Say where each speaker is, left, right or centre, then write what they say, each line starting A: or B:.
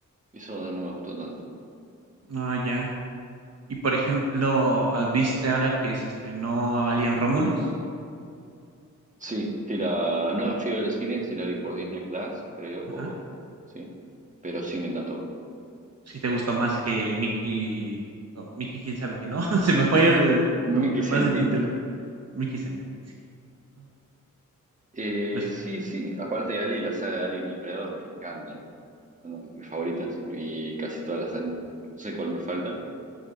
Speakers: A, on the right; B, on the right.
A: Eso no me gustó tanto.
B: Ah, ya. Y por ejemplo, ¿has- ¿viste ahora que se estrenó Alien Romulus?
A: Sí, sí la no fui del cine, sí la vi por Disney Plus, creo,
B: Ajá.
A: o, o- sí, pero sí me encantó.
B: Si te gustó más que Mickey, o Mickey, quién sabe que no. <laughs> Se me fue el- lo
A: Nicky
B: demás
A: Sentin.
B: del título. Mickey Seventeen, sí. Ah,
A: Eh,
B: Pues,
A: sí, sí, aparte de Alien, la saga de Alien y Predator me encantan. Son de mis favoritas y casi todas las Alien. No sé cuál me falta.